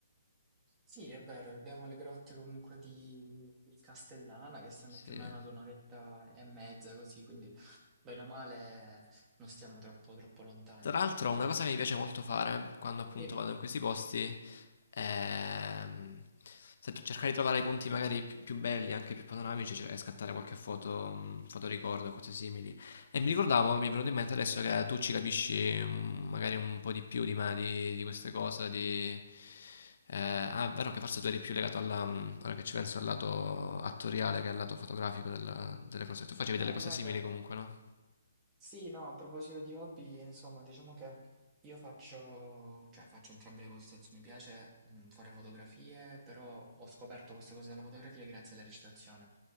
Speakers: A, on the right; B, on the left.
A: Sì, è vero, abbiamo le grotte comunque di, di Castellana che stanno
B: Sì.
A: più o meno ad un'oretta e mezza così, quindi bene o male non stiamo troppo, troppo lontani,
B: Tra l'altro,
A: effettivamente.
B: una cosa che mi piace molto fare quando appunto
A: Dimmi.
B: vado in questi posti è mm, se tu- cercare di trovare i punti magari pi- più belli, anche più panoramici, cioè, e scattare qualche foto, mm, fotoricordo, cose simili. E mi ricordavo, mi è venuto in mente adesso che tu ci capisci mm, magari un po' di più di me di, di queste cose, di... eh, ah, è vero che forse tu eri più legato alla, mm, ora che ci penso, al lato attoriale che al lato fotografico della- delle cose. Tu facevi
A: No,
B: delle cose
A: guarda,
B: simili comunque, no?
A: sì, no, a proposito di hobby, insomma, diciamo che io faccio, cioè faccio entrambe le cose, nel senso, mi piace mh, fare fotografie, però ho scoperto questa cosa della fotografia grazie alla recitazione.